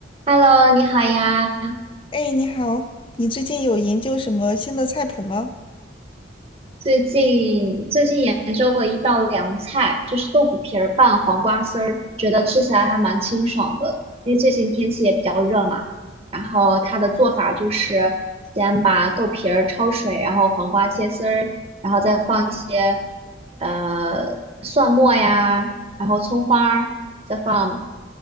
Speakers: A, on the right; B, on the left.
A: Hello，你好呀！
B: 哎，你好，你最近有研究什么新的菜谱吗？
A: 最近最近研究了一道凉菜，就是豆腐皮儿拌黄瓜丝儿，觉得吃起来还蛮清爽的。因为最近天气也比较热嘛，然后它的做法就是先把豆皮儿焯水，然后黄瓜切丝儿，然后再放一些呃蒜末呀，然后葱花儿，再放